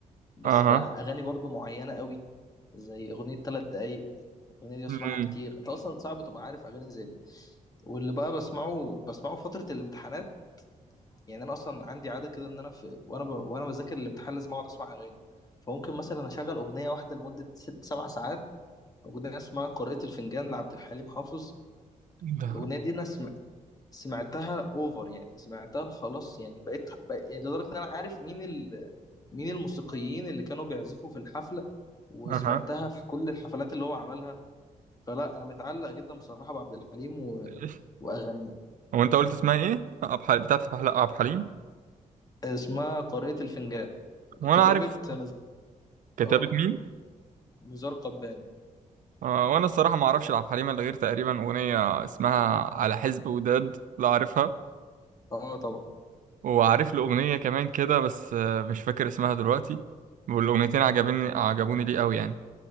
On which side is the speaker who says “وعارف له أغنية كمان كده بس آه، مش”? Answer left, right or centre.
Right